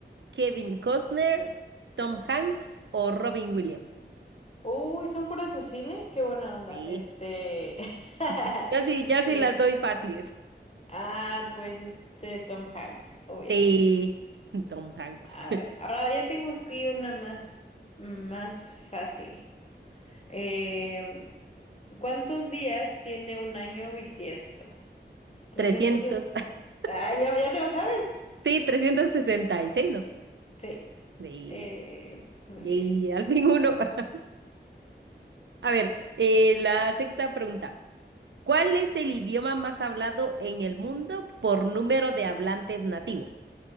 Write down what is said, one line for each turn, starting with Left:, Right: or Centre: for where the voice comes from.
Right: Kevin Costner, Tom Hanks o Robin Williams?
Left: Uy, son puras de cine, qué buena onda.
Right: Sí.
Left: Este.
Right: <laughs>
Left: <laughs>
Right: Yo sí, yo sí
Left: eh,
Right: las doy fáciles.
Left: ah, pues este Tom Hanks, obviamente.
Right: Sí, Tom Hanks.
Left: A
Right: <laughs>
Left: ver, ahora ya tengo aquí una más, más fácil. Em, ¿cuántos días tiene un año bisiesto? Trescientos
Right: trescientos,
Left: es...
Right: <laughs>
Left: Ah, ya, ya te la sabes.
Right: Sí, 366, ¿no?
Left: Sí,
Right: Sí,
Left: eh, muy
Right: y
Left: bien.
Right: al fin uno. <laughs> A ver, eh, la sexta pregunta. ¿Cuál es el idioma más hablado en el mundo por número de hablantes nativos?